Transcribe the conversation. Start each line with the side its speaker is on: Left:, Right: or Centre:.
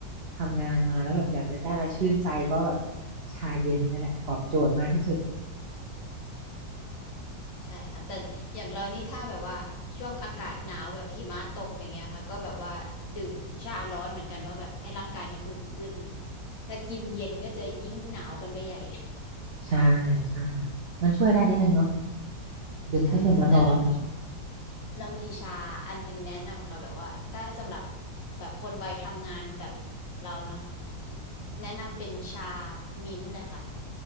Right: ทำงานมาแล้วแบบอยากได้อะไรชื่นใจก็แบบชาเย็นนั่นแหละตอบโจทย์มากที่สุด
Left: ใช่ค่ะแต่อย่างเรานี่ถ้าแบบว่า ช่วงอากาศหนาว แบบหิมะตกอย่างเงี้ยค่ะก็แบบว่า ดื่มชาร้อนเหมือนกันเมื่อแบบให้ร่างกายมันอุ่นขึ้น แต่กินเย็นก็จะยิ่งหนาวกันไปใหญ่
Right: ใช่ใช่ค่ะมันช่วยได้นิดนึงเนาะดื่มเครื่องดื่มร้อน
Left: ใช่ค่ะแต่เรามีเรามีชาอันนึงแนะนำค่ะแบบว่าถ้าสำหรับแบบคนวัยทำงานแบบเราเนาะแนะนำเป็นชามิ้นท์เลยค่ะ